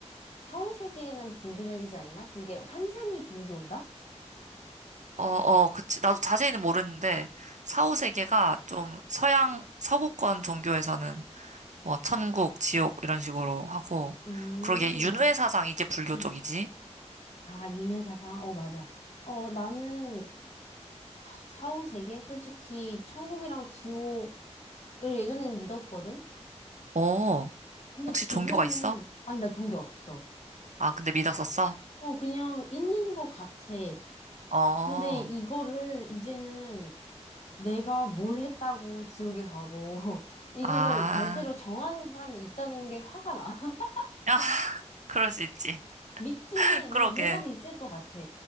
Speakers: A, on the left; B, on the right.
A: 사후세계는 불교적이지 않나? 그게 환생이 불교인가?
B: 어, 어, 그치. 나도 자세히는 모르는데, 사후 세계가 좀 서양, 서구권 종교에서는 뭐 천국, 지옥 이런 식으로 하고
A: 음.
B: 그러게 윤회 사상 이게 불교
A: <clears throat>
B: 쪽이지?
A: 아, 윤회사상? 어, 맞아. 어, 나는 사후세계 솔직히 천국이랑 지옥을 예전에는 믿었거든?
B: 어,
A: 근데
B: 혹시
A: 지금은,
B: 종교가 있어?
A: 아니, 나 종교 없어.
B: 아, 근데 믿었었어?
A: 어, 그냥 있는 것 같아.
B: 어,
A: 근데 이거를 이제는 내가 뭘 했다고 지옥에 가고, <laughs> 이거를
B: 아,
A: 멋대로 정하는 사람이 있다는 게 화가 나. <laughs>
B: 야 <laughs> 그럴 수 있지. <laughs>
A: 믿긴 해. 뭔가,
B: 그러게,
A: 뭔가는 있을 것 같아.